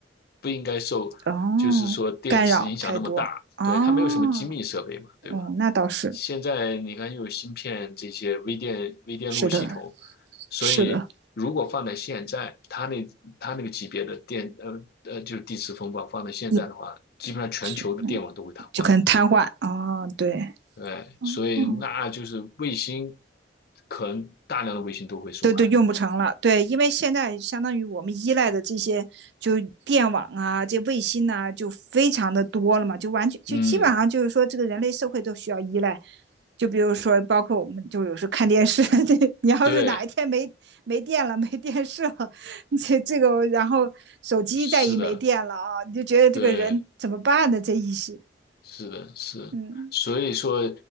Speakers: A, on the left; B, on the right.
A: 不应该受，
B: 哦，
A: 就是说电磁影响那么大。
B: 干扰太多。哦，
A: 对，它没有什么机密设备嘛，对吧？
B: 哦，那倒是，
A: 现在你看又有芯片这些微电微电路系统，
B: 是的，
A: 所以如果放在现在，
B: 是的，
A: 它那它那个级别的电呃呃就是地磁风暴放在现在的话，
B: 一
A: 基本上全球的电网都会瘫痪。
B: 直，就可能瘫痪。哦，对，
A: 对，所以那就是卫星，
B: 嗯。
A: 可能大量的卫星都会损害。
B: 都都用不成了。对，因为现在相当于我们依赖的这些，就电网啊，这卫星呐、啊就非常的多了嘛，就完全就基本上就是说，
A: 嗯，
B: 这个人类社会都需要依赖。就比如说，包括我们就有时候看电视，<laughs> 这你要是哪一天没没电了，
A: 对，
B: 没电视了，这这个，然后手机再一没电了啊，
A: 是的，
B: 你就觉得这个人怎么办呢？
A: 对。
B: 这意思，
A: 是的，是，
B: 嗯
A: 所以说，